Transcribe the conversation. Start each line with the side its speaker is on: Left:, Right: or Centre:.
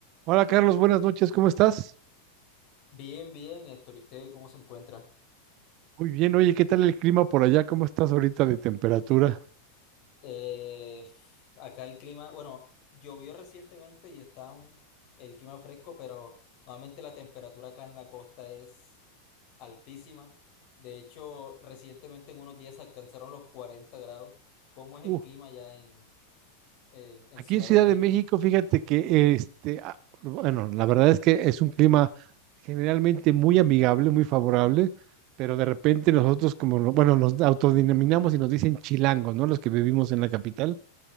Right: Hola Carlos, buenas noches, ¿cómo estás?
Left: Bien, bien, Héctor. ¿Y usted cómo se encuentra?
Right: Muy bien, oye, ¿qué tal el clima por allá? ¿Cómo estás ahorita de temperatura?
Left: Eh, acá el clima, bueno, llovió recientemente y está un- el clima fresco, pero nuevamente la temperatura acá en la costa es altísima. De hecho, recientemente en unos días alcanzaron los 40 grados. ¿Cómo es el
Right: Uh,
Left: clima ya en, en, en
Right: aquí
Left: Ciudad
Right: en Ciudad
Left: de México,
Right: de México, fíjate que este, ah, bueno, la verdad es que es un clima generalmente muy amigable, muy favorable, pero de repente nosotros como, lo- bueno, nos autodenominamos y nos dicen chilangos, ¿no? Los que vivimos en la capital,